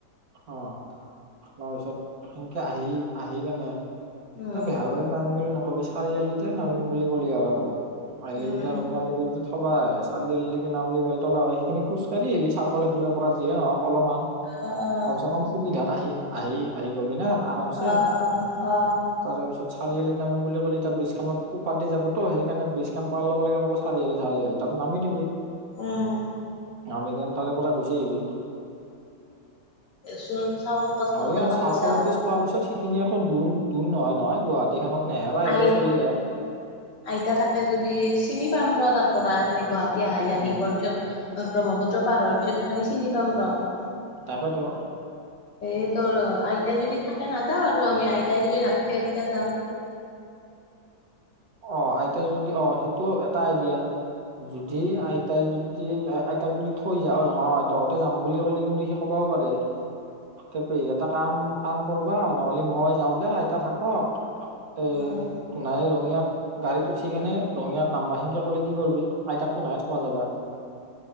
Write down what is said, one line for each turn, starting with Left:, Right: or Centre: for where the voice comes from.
Right: অ', তাৰপিছত সেনকে আহি-আহি কেনে
Left: উম
Right: তই বেহাৰবাৰীত নামিম বুলি নকবি চাৰিআলিতে নামিম বুলি কলি হ'ল আৰু। আলি
Left: উম
Right: এইটা ৰঙিয়া লৈ <unintelligible> থবাই চাৰিআলিলৈকে‌ নামলি বেলতলা হয় সেইখিনি খোজকাঢ় আহিলি চাৰ্কোল অফিজৰ পৰা যিয়ে নহওক অলমান।
Left: অ অ
Right: কমচেকম সুবিধাত আহি আহি আহি পাবি না আৰামছে
Left: অ অ অ
Right: তাৰেপিছত চাৰিআলিত নামিম বুলি কলে এতিয়া ব্ৰিজখনৰ উপাৰ দি যাবতো সেইকাৰণে ব্ৰিজখান পাৱাৰ লগে লগে কব চাৰিআলি, চাৰিআলি তাত নামি দিবি।
Left: উম,
Right: আমিনগাঁও তাৰে পৰা গুচি আহিবি,
Left: চোন চাও কথা
Right: আৰু
Left: চথা
Right: এনে
Left: পাতি
Right: চাৰ্কল
Left: চাও।
Right: অফিচ পোৱাৰ পিছত সেইখিনি আকৌ দূৰ দূৰ নহয় নহয় গুৱাহাটীখনত নেহেৰা হেৰাই
Left: আই
Right: চলি হয়।
Left: আইতা থাকে যদি চিনি পাম ৰ তাৰ পৰা খিনি গুৱাহাটী আহি
Right: অ
Left: আহি পোৱাৰ পিছত। ব্ৰহ্মপুত্ৰ পাৰ হোৱাৰ পিছত সেইখানি চিনি পাম ৰ।
Right: তাকেটো।
Left: এ তোৰ আইতাই যদি থাকে নাযাও আৰু আমি আইতাই যদি নাথাকে তেতিয়া যাম।
Right: অ আইতাই যদি অ সেইটোও এটা আইডিয়া যদি আইতাই যদি আইতাক যদি থৈ যা তহতে যাম বুলি ক'লে কিন্তু সি ক'ব। কব‌ পাৰে। তথাপি এটা কাম কাম কৰবা নহলে মই যাও দে আইতা থাকক। এ
Left: উম
Right: তোনাই ৰঙিয়াত। গাড়ীত উঠি কেনে ৰঙিয়াত নামবা সেনকে কলে কি কৰিবি আইতাকো নাই থকা যাবা। <inaudible>